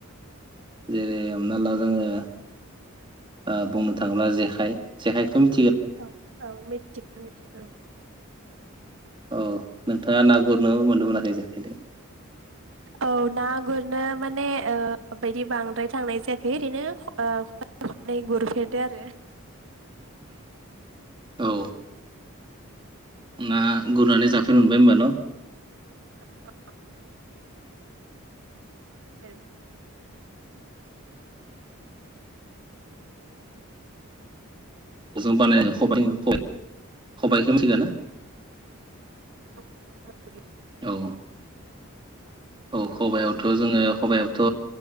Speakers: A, on the right (about 20°); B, on the right (about 60°).
A: जेरै हमना ला जोङो ओ बुंनो थाङोब्ला जेखाय जेखाइखौथ' मि
B: औ औ मिथिगौ मिथिगौ।
A: औ नोंथाङा ना गुरनो मोनदों मोनाखै जेाखायदों?
B: औ ना गुरनो माने ओ बेदि बांद्राय थांनाय जायाखै ओ ओरैनो खननै गुरफेरदो आरो।
A: औ ना गुरनानै जाफेर मोनबाय होनबा न?
B: औ <unintelligible>
A: जों बानाय खबाय-खबायाइखो मिथिगोना?
B: <unintelligible>
A: औ औ खबायावथ' जोङो खबायावथ'